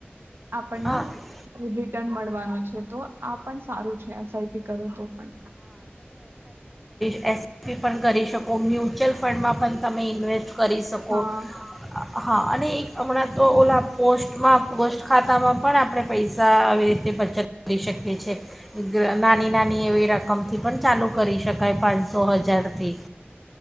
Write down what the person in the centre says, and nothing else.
આ
એસએસપી પણ કરી શકો મ્યુચ્યુઅલ ફંડમાં પણ તમે ઇન્વેસ્ટ કરી શકો
હા અને એક હમણાં તો ઓલા પોસ્ટમાં પોસ્ટ ખાતામાં પણ આપણે પૈસા આવી રીતે બચત કરી શકે છે નાની નાની એવી રકમથી પણ ચાલુ કરી શકાય પાંચસો હજારથી